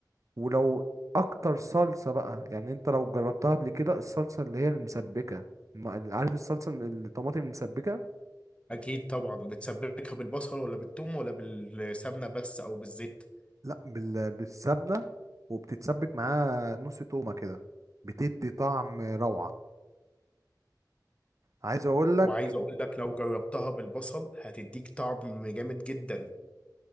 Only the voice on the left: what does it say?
اكيد طبعا بتسبكها بالبصل ولا بالثوم ولا بالسمنه بس او بالزيت
وعايز اقول لك لو جربتها بالبصل هتديك طعم جامد جدا